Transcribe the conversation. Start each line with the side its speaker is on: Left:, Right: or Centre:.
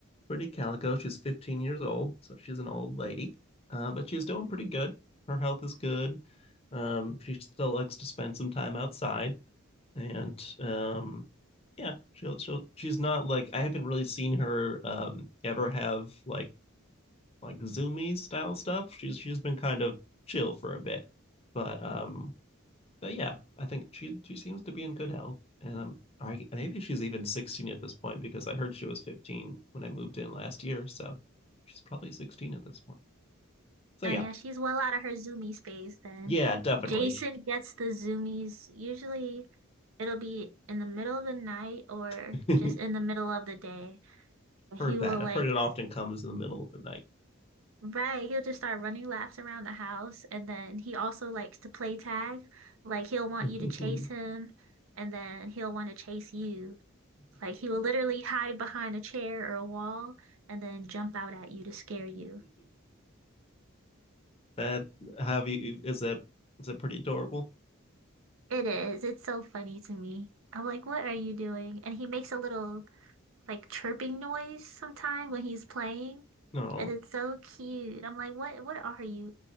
Left: pretty calico. She's 15 years old, so she's an old lady. Uh, but she's doing pretty good. Her health is good. Um, she still likes to spend some time outside, and um, yeah, she'll she'll she's not like I haven't really seen her um ever have like like zoomy style stuff. She's she's been kind of chill for a bit, but um, but yeah, I think she she seems to be in good health, and um, I maybe she's even sixteen at this point because I heard she was fifteen when I moved in last year, so she's probably sixteen at this point. So
Right: Oh
Left: yeah,
Right: yeah, she's well out of her Zoomies phase then.
Left: yeah, definitely
Right: Jason gets the zoomies usually It'll be in the middle of the night or
Left: <laughs>
Right: just in the middle of the day.
Left: heard
Right: He will
Left: that. I've
Right: like,
Left: heard it often comes in the middle of the night.
Right: right, he'll just start running laps around the house. And then he also likes to play tag. Like, he'll want
Left: <laughs>
Right: you to chase him and then he'll want to chase you. Like, he will literally hide behind a chair or a wall and then jump out at you to scare you.
Left: that have you is that is that pretty adorable?
Right: It is. It's so funny to me. I'm like, what are you doing? And he makes a little like chirping noise sometime when he's playing.
Left: No.
Right: And it's so cute. I'm like, what what are you?